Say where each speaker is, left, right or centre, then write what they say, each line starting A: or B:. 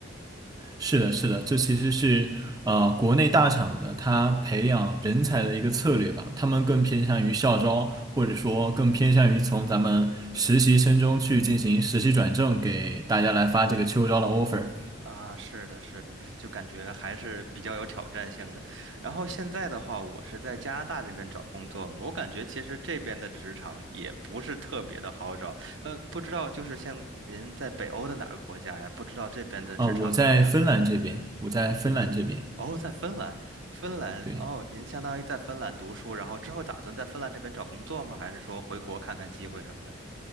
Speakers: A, on the right; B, on the right.
A: 是的，是的，这其实是呃国内大厂的他培养人才的一个策略吧，他们更偏向于校招，或者说更偏向于从咱们实习生中去进行实习转正，给大家来发这个秋招的 offer
B: 啊，是的，是的，就感觉还是比较有挑战性的。然后现在的话，我是在加拿大这边找工作嘛，我感觉其实这边的职场也不是特别的好找。呃，不知道就是像您在北欧的哪个国家呀？不知道这边的职场怎么样？
A: 啊、我在芬兰这边，我在芬兰这边，
B: 哦，在芬兰，芬兰，
A: 对。
B: 哦，您相当于在芬兰读书，然后之后打算在芬兰这边找工作吗？还是说回国看看机会什么的？